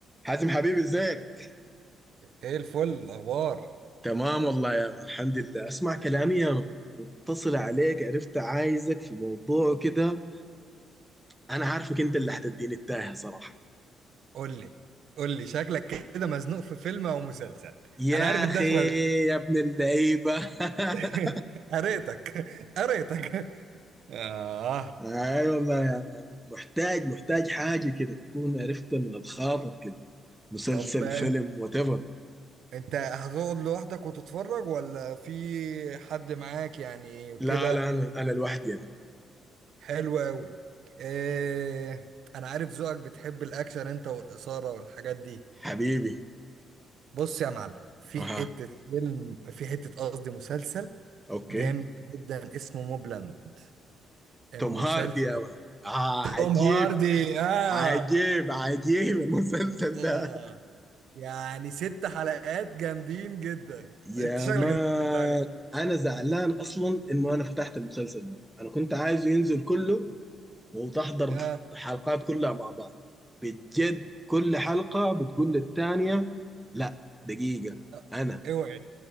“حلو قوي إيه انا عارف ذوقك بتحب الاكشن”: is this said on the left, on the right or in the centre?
Right